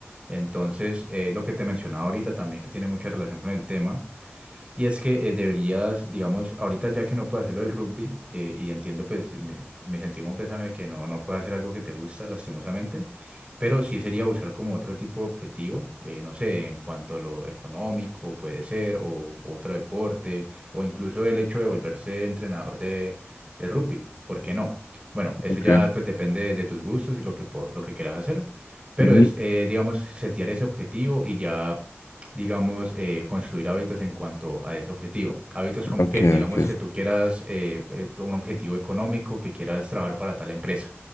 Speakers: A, on the right; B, on the left.
A: Entonces, eh, lo que te mencionaba ahorita también, que tiene mucha relación con el tema, y es que eh, deberías, digamos, ahorita ya que no puedes hacerlo del rugby, eh, y entiendo, pues, me, me sentimos un pésame que no, no puedes hacer algo que te gusta, lastimosamente, pero sí sería buscar como otro tipo de objetivo, eh, no sé, en cuanto a lo económico puede ser, o otro deporte, o incluso el hecho de volverse entrenador de, de rugby, ¿por qué no? Bueno, eso
B: Ok.
A: ya pues depende de, de tus gustos y lo que, po- lo que quieras hacer. Pero
B: Ujú.
A: es, eh, digamos, setear ese objetivo y ya digamos, eh, construir hábitos en cuanto a ese objetivo. Hábitos como
B: Ok,
A: que, digamos
B: ok.
A: que tú quieras eh, eh, un objetivo económico, que quieras trabajar para tal empresa.